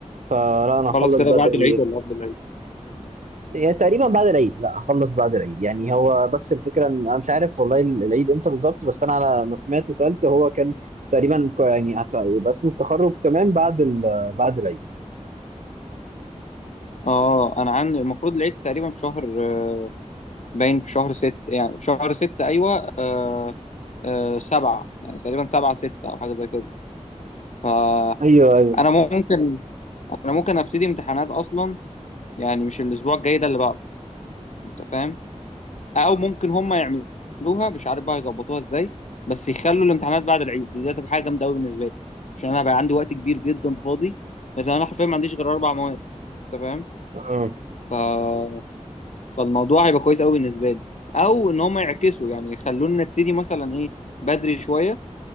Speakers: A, on the right; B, on the left.
A: فلا انا هخلص
B: خلص كده
A: بدري
B: بعد العيد ولا قبل العيد
A: يعني تقريبا بعد العيد لا اخلص بعد العيد يعني هو بس الفكره ان انا مش عارف والله العيد امتى بالظبط بس انا على ما سمعت وسالت هو كان تقريبا ك- يعني هت- يبقى اسمه التخرج تمام بعد ال... بعد العيد
B: اه انا عندي المفروض العيد تقريبا في شهر آه، باين في شهر ست يعني في شهر ستة ايوه آه آه سبعة يعني تقريبا سبعة ستة او حاجة زي كده فانا
A: ايوه ايوه
B: ممكن انا ممكن ابتدي امتحانات اصلا يعني مش الاسبوع الجاي ده اللي بعده انت فاهم او ممكن هم يعملوها مش عارف بقى يظبطوها ازاي بس يخلوا الامتحانات بعد العيد دي هتبقى حاجة جامدة قوي بالنسبة لي عشان انا بقى عندي وقت كبير جدا فاضي لان انا حرفيا ما عنديش غير اربع مواد انت
A: آه.
B: فاهم فالموضوع هيبقى كويس قوي بالنسبه لي او ان هم يعكسوا يعني يخلونا نبتدي مثلا ايه بدري شويه